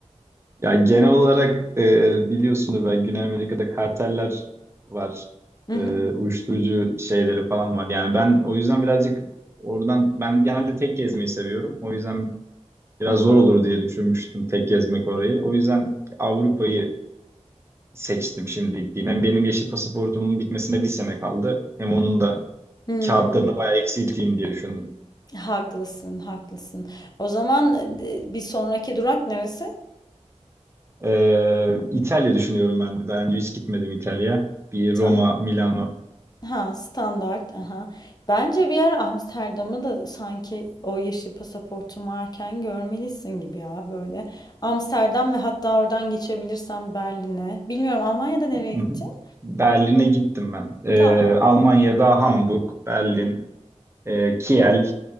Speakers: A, on the right; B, on the left.
A: Ya genel olarak e, biliyorsunuz ben Güney Amerika'da karteller var.
B: Hı hı.
A: E, uyuşturucu şeyleri falan var. Yani ben o yüzden birazcık oradan ben genelde tek gezmeyi seviyorum. O yüzden biraz
B: Hı.
A: zor olur diye düşünmüştüm tek gezmek orayı. O yüzden Avrupa'yı seçtim şimdi gideyim. Hem benim yeşil pasaportumun bitmesine bir sene kaldı. Hem onun da
B: Hmm.
A: kağıtlarını bayağı eksilteyim diye düşündüm.
B: Haklısın, haklısın. O zaman e, bir sonraki durak neresi?
A: Ee, İtalya düşünüyorum ben de. Daha önce hiç gitmedim İtalya'ya. Bir
B: Ta-
A: Roma, Milano.
B: ha, standart. Aha. Bence bir ara Amsterdam'ı da sanki o yeşil pasaportun varken görmelisin gibi ya böyle. Amsterdam ve hatta oradan geçebilirsen Berlin'e. Bilmiyorum Almanya'da nereye
A: Hı
B: gideceksin?
A: hı. Berlin'e gittim ben. Ee,
B: Tamam.
A: Almanya'da Hamburg, Berlin, e, Kiel.